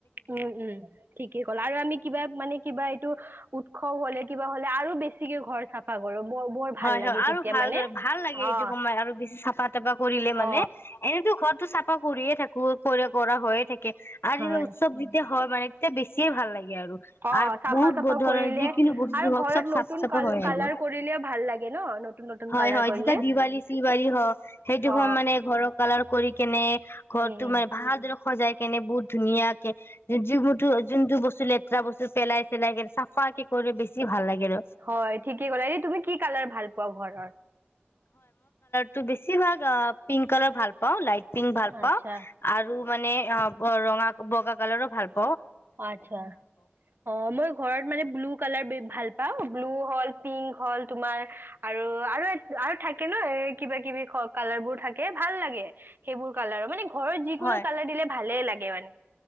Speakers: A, on the right; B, on the left.
A: উম উম ঠিকেই কলা আৰু আমি কিবা মানে কিবা এইটো, উৎসৱ হ'লে কিবা হ'লে আৰু বেছিকে ঘৰ চাফা কৰো। বৰ বৰ ভাল
B: হয়
A: লাগে
B: হয় আৰু
A: তেতিয়া
B: ভালৰে
A: মানে
B: ভাল লাগে
A: অ
B: সেইটো সময়ত আৰু বেছি চাফা তাফা কৰিলে মানে।
A: অ
B: এনেতো ঘৰতো চাফা কৰিয়ে থাকো, কৰি কৰা হৈয়ে থাকে আও
A: হয়
B: যেনিবা উৎসৱ যেতিয়া হয় মানে, এয়া বেছিয়ে ভাল লাগে আৰু।
A: অ
B: আৰু
A: চাফা
B: বহুত
A: চাফা
B: ধৰণৰ
A: কৰিলে
B: যিকিনো বস্তু
A: আৰু
B: হওক
A: ঘৰত
B: চব চাফ
A: নতুন
B: চাফা
A: কাল
B: হয়
A: কালাৰ
B: আৰু।
A: কৰিলে ভাল লাগে ন নতুন নতুন
B: হয়
A: কালাৰ
B: হয়
A: কৰিলে
B: যেতিয়া দিৱালী চৱালী হও সেইটো
A: অ
B: সম মানে ঘৰৰ কালাৰ কৰি কেনে, ঘৰতটো
A: উম
B: মানে ভালদৰে সজাই কেনে বহুত ধুনীয়াকে য যোনতটো বস্তু লেতেৰা বস্তু পেলাই চেলাই কে চাফা কে কৰিলে বেছি ভাল লাগে। আৰু
A: হয় ঠিকে ক'লো এৰি তুমি কি কালাৰ ভাল পোৱা ঘৰৰ
B: ত বেছি ভাগ পিংক কালাৰ ভাল পাওঁ লাইট পিং ভাল পাওঁ
A: আচ্ছা
B: আৰু মানে অঁ ৰঙা বগা কালাৰো ভাল পোৱা
A: আচ্ছা অঁ মই ঘৰত মানে ব্লু কালাৰ ভাল বা ব্লু হল পিংক হল তোমাৰ আৰু আৰু আৰু থাকে ন কিবা কিবি কালাৰ বোৰ থাকে ভাল লাগে সেইবোৰ কালাৰৰ মানে ঘৰত যিকোনো
B: হয়
A: কালাৰ দিলে ভালে লাগে কিমান